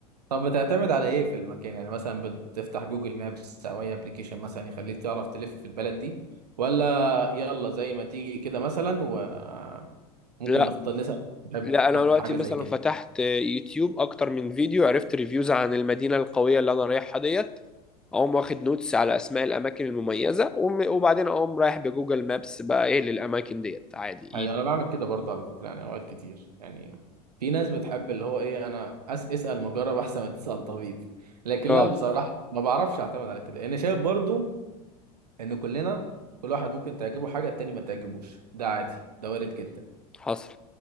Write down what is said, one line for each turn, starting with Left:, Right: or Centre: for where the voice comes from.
Right: طب بتعتمد على ايه في المكان يعني مثلا بتفتح جوجل مابس او اي ابلكيشن مثلا يخليك تعرف تلف في البلد دي ولا يلا زي ما تيجي كده مثلا وممكن
Centre: لا
Right: نختار نسأل
Centre: لا انا
Right: نحب
Centre: دلوقتي
Right: حاجة
Centre: مثلا
Right: زي كده
Centre: فتحت يوتيوب اكتر من فيديو عرفت ريفيوز عن المدينه القويه اللي انا رايحها ديت اقوم واخد نوتس على اسماء الاماكن المميزه وم- وبعدين اقوم رايح بجوجل مابس بقى ايه للاماكن ديت عادي
Right: يعني
Centre: ايزي
Right: انا بعمل كده برضه على فكرة يعني اوقات كتير يعني في ناس بتحب اللي هو ايه انا أس اسأل مجرب احسن ما تسأل طبيب لكن
Centre: اه
Right: لا بصراحة ما بعرفش اعتمد على كده انا شايف برضه ان كلنا كل واحد ممكن تعجبه حاجه التاني ما تعجبوش ده عادي ده وارد جدا
Centre: حصل